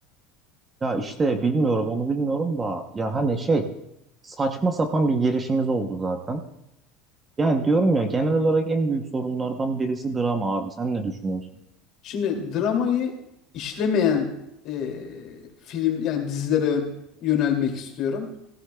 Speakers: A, on the right; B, on the left.
A: Ya işte bilmiyorum onu bilmiyorum da ya hani şey saçma sapan bir girişimiz oldu zaten. Yani diyorum ya genel olarak en büyük sorunlardan birisi drama abi. Sen ne düşünüyorsun?
B: Şimdi dramayı işlemeyen e, film yani dizilere yön- yönelmek istiyorum.